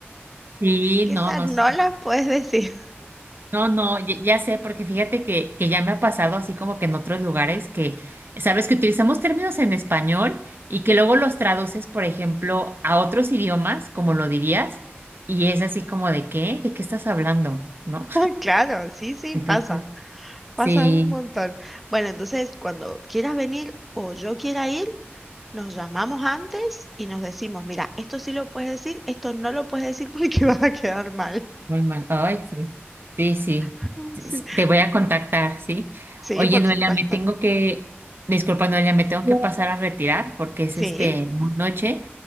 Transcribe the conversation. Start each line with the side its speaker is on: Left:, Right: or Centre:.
Right: Sí,
Centre: que
Right: no,
Centre: esa
Right: no
Centre: no
Right: sé.
Centre: la puedes decir.
Right: No, no, ya, ya sé, porque fíjate que, que ya me ha pasado así como que en otros lugares que, sabes, que utilizamos términos en español y que luego los traduces, por ejemplo, a otros idiomas, como lo dirías, y es así como de qué, ¿de qué estás hablando? ¿No?
Centre: <laughs> Claro, sí, sí,
Right: <laughs> Entonces,
Centre: pasa. Pasa
Right: sí.
Centre: un montón. Bueno, entonces, cuando quieras venir o yo quiera ir, nos llamamos antes y nos decimos, mira, esto sí lo puedes decir, esto no lo puedes decir porque <laughs> vas a quedar mal.
Right: Muy mal. Ay, sí. Sí, sí.
Centre: <laughs>
Right: Sí,
Centre: Sí,
Right: sí. Te voy a contactar, ¿sí?
Centre: sí,
Right: Oye,
Centre: por
Right: Noelia,
Centre: supuesto.
Right: me tengo que, disculpa, Noelia, me tengo que pasar a retirar porque es
Centre: Sí,
Right: este muy noche,